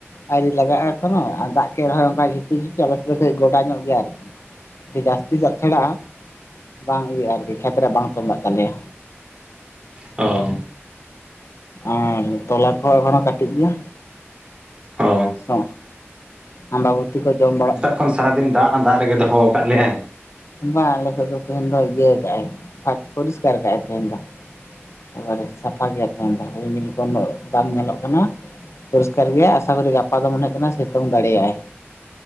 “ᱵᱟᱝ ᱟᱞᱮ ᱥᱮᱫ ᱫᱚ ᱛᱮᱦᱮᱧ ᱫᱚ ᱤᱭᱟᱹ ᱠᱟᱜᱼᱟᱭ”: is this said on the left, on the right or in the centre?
Left